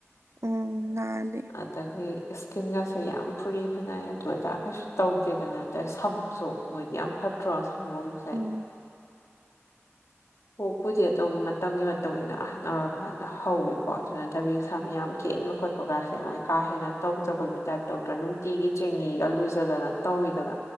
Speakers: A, on the right; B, on the left.
A: ꯎꯝ ꯅꯥꯟꯂꯦ
B: ꯑꯗꯒꯤ ꯏꯁꯀꯤꯟꯒꯁꯦ ꯌꯥꯝ ꯐꯨꯔꯤ ꯐꯅꯏ ꯑꯗꯨ ꯑꯗꯥ ꯀꯩꯁꯨ ꯇꯧꯗꯦꯗꯅ ꯑꯗꯩ ꯁꯝꯁꯨ ꯃꯣꯏꯗꯤ ꯌꯥꯝ ꯐꯠꯇ꯭ꯔꯣ ꯁꯝꯒꯨꯝꯕꯁꯦ
A: ꯎꯝ
B: ꯍꯣꯛꯄꯨꯗꯤ ꯑꯗꯨꯝ ꯃꯇꯝꯒꯤ ꯃꯇꯨꯡ ꯏꯟꯅ ꯑꯍꯟ ꯑꯣꯏꯔꯀꯥꯟꯗ ꯍꯧꯋꯤꯀꯣ ꯑꯗꯨ ꯅꯠꯇꯥꯕꯤ ꯁꯝ ꯌꯥꯝ ꯀꯦꯟꯕ ꯈꯣꯠꯄ ꯀꯥꯁꯦ ꯃꯣꯏ ꯀꯥ ꯍꯦꯟꯅ ꯇꯧꯖꯕꯒꯤ ꯇꯥꯏꯞ ꯇꯧꯗ꯭ꯔꯥ ꯅꯨꯡꯇꯤꯒꯤ ꯆꯦꯡꯅꯤꯒ ꯂꯨꯖꯗꯅ ꯇꯧꯋꯤꯗꯅ